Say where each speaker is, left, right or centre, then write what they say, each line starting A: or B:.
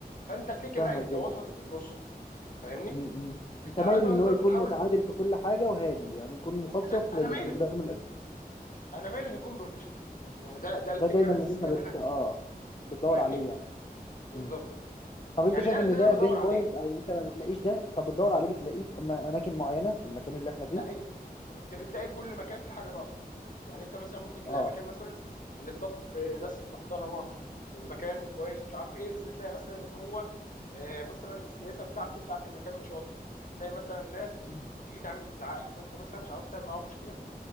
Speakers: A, on the left; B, on the left.
A: فانت الفكر
B: فاهمك
A: لا انت
B: جدا
A: وسط في النص فاهمني
B: امم امم.
A: انت
B: انت مايل
A: على قد ما
B: ان هو
A: تقدر
B: يكون
A: بتحاول
B: متعادل في كل حاجه وهادي يعني يكون مخصص
A: انا انا
B: للاستخدام
A: مايل
B: الاساسي
A: انا مايل ان يكون بروفيشنال يعني ده ده الفكره
B: ده دايما
A: الاساسيه
B: اللي انت بت
A: اللي انا
B: اه بتدور
A: فاهمني
B: عليه يعني
A: بالظبط
B: امم طب
A: يعني
B: انت شايف
A: ده
B: ان
A: اللي
B: ده
A: انا بدور
B: بين
A: عليه
B: بوينت او انت ما بتلاقيش ده طب بتدور عليه بتلاقيه في أما- اماكن معينه في المكان اللي احنا
A: لا
B: فيه
A: انت انت بتلاقي كل مكان في حاجه ناقصه يعني انت مثلا ممكن تلاقي
B: اه
A: مكان مثلا الاستاف ناس محترمه المكان كويس مش عارف ايه بس تلاقي مثلا ان هو آه، مثلا السياسه بتاعته بتاعت المكان مش واضحه تلاقي مثلا ناس
B: امم
A: بتيجي تعمل ازعاج فانت مثلا مش عاوز تعمل معاهم مشكله